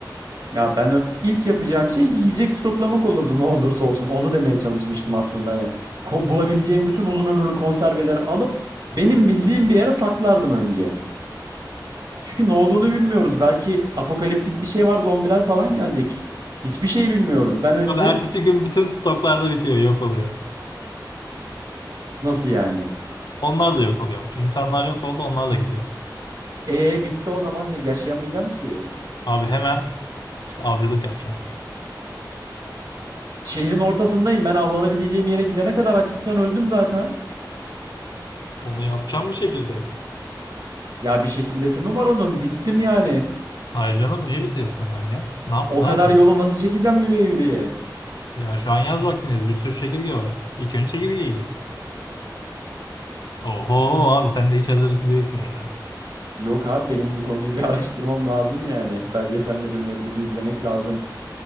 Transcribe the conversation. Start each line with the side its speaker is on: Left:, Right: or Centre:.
Right: Ya ben ö- ilk yapacağım şey yiyecek stoklamak olurdu ne olursa olsun. Onu demeye çalışmıştım aslında hani. Ko- bulabileceğim bütün uzun ömürlü konserveleri alıp benim bildiğim bir yere saklardım önce. Çünkü ne olduğunu bilmiyoruz. Belki apokaliptik bir şey var, zombiler falan gelecek. Hiçbir şey bilmiyoruz. Ben önce
Left: Abi ertesi gün bütün stoklar da bitiyor, yok oluyor.
Right: nasıl yani?
Left: Onlar da yok oluyormuş. İnsanlar yok oldu, onlar da gidiyor.
Right: E bitti o zaman yaşayamayacağım ki.
Left: Abi hemen işte avcılık yapacağım.
Right: Şehrin ortasındayım. Ben avlanabileceğim yere gidene kadar açlıktan öldüm zaten.
Left: Onu yapacağım bir şekilde.
Right: Ya bir şekildesi mi var onun? Bittim yani.
Left: Hayır canım niye bitiriyorsun hemen ya? Ne yaptın
Right: O kadar
Left: abi?
Right: yolu nasıl çekeceğim yürüye yürüye?
Left: Ya şu an yaz vaktindeyiz. Bir sürü çekirge var. İlk önce çekirge yiyeceksin. Oho abi sen de hiç hazırlıklı değilsin ya.
Right: Yok abi benim bu konuyu bir <laughs> araştırmam lazım yani. Belgesel midir nedir bir izlemek lazım.